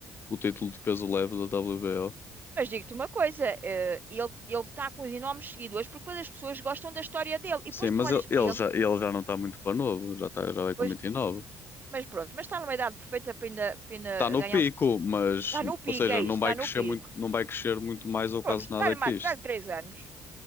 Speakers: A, on the left; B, on the right.
A: o título de peso leve da WBO.
B: Mas digo-te uma coisa, eh, ele ele está com os enormes seguidores porque depois as pessoas gostam da história dele. E
A: Sim,
B: depois
A: mas
B: tu olhas
A: ele,
B: para
A: ele
B: ele,
A: já, ele já não está muito para novo, já, tá, já vai com
B: pois,
A: 29.
B: mas pronto, mas está numa idade perfeita para ainda, para ainda
A: está no
B: ganhar
A: pico,
B: uns.
A: mas,
B: Está no
A: ou
B: pico,
A: seja,
B: é
A: não
B: isso, está
A: vai
B: no
A: crescer
B: pico.
A: muito, não vai crescer muito mais ou
B: Pronto,
A: quase nada
B: dá-lhe
A: que
B: mais-
A: isto.
B: dá-lhe três anos,